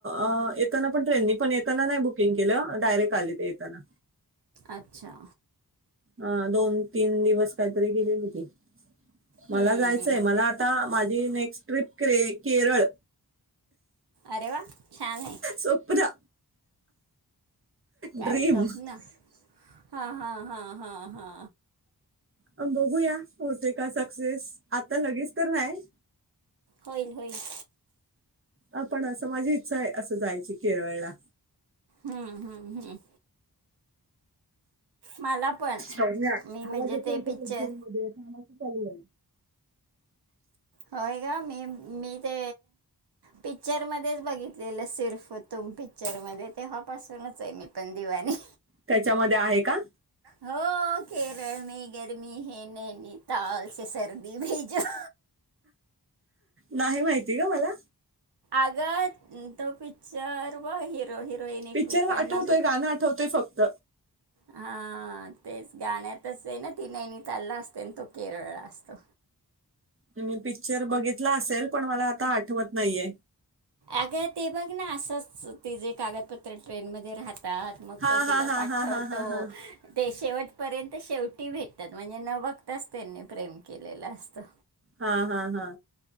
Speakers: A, on the right; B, on the right.
A: अ येताना पण ट्रेननी पण येताना नाही बुकिंग केलं डायरेक्ट आली ते येताना
B: अच्छा
A: अ दोन तीन दिवस काहीतरी गेलेलेकिती मला
B: हम्म.
A: जायचंय मला आता माझी नेक्स्ट ट्रिप क्रे केरळ
B: अरे वा छान आहे
A: सोप्पदा
B: काय
A: ड्रीम
B: स्वप्न हा हा हा हा हा
A: बघूया होते का सक्सेस आता लगेच तर नाही
B: होईल होईल
A: अ पण असं माझी इच्छा आहे असं जायची केरळला
B: हम्म हम्म हम्म मला पण
A: ना
B: मी म्हणजे
A: आवाजेतो
B: ते
A: इकडं
B: पिक्चर
A: मध्ये चालूये
B: होय का मी मी ते पिक्चर मध्येच बघितलेलं सिर्फ तुम पिक्चर मध्ये तेव्हापासूनच आहे मी पण दिवानी
A: त्याच्यामध्ये आहे का
B: हो केरळ मे गर्मी है नैनीताल से सर्दी म भेजो
A: नाही माहिती गं मला
B: अगं तो पिक्चर व हिरो हिरोईन एकमेकांना
A: पिक्चर आठवतोय
B: ब
A: गाणं आठवतोय फक्त
B: हा तेच गाण्यातच आहे ना ती नैनितालला असते न तो केरळला असतो
A: तुम्ही पिक्चर बघितला असेल पण मला आता आठवत नाहीये
B: अगं ते बघ ना असंच ते जे कागदपत्र ट्रेन मध्ये राहत रानात मग
A: हा
B: तो
A: हा
B: तिला
A: हा
B: पाठवतो
A: हा हा हा हा
B: शेवटपर्यंत शेवटी भेटतात म्हणजे न बघताच त्यांनी प्रेम केलेलं असतं
A: हा हा हा